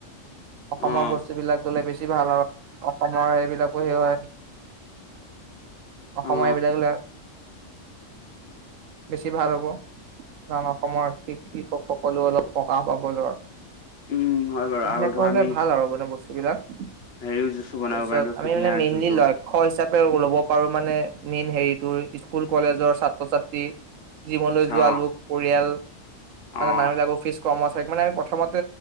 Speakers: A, on the right (about 80°); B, on the left (about 55°).
A: অসমৰ
B: অ
A: বস্তুবিলাক ললে বেছি- ছি ভাল আও অসমৰ সেইবিলাকো সেই হয়। অসমৰ
B: অ
A: এইবিলাকলে- বেছি ভাল হ'ব কাৰণ অসমৰ কৃষক সকলো অলপ সকাহ পাব ধৰ
B: উম হয় বাৰু
A: এইবিলাক
B: আৰু
A: কাৰনে
B: ধৰ আমি
A: ভাল আৰু মানে বস্তুবিলাক তাপিছত
B: হেৰিও জুচো বনাব পাৰিম ধৰ
A: আমি
B: কুঁহিয়াৰ
A: মানে মেইনলি
B: যোনটো
A: লক্ষ হিচাপ- ল'ব পাৰো মানে মেইন হেৰিটো স্কুল কলেজৰ ছাত্ৰ ছাত্ৰী। জীমলৈ
B: চা
A: যোৱা লোক পৰিয়াল মানে
B: অ
A: মানুহবিলাকৰ ফিচ কৰ্মচাৰীক মানে আমি প্ৰথমতে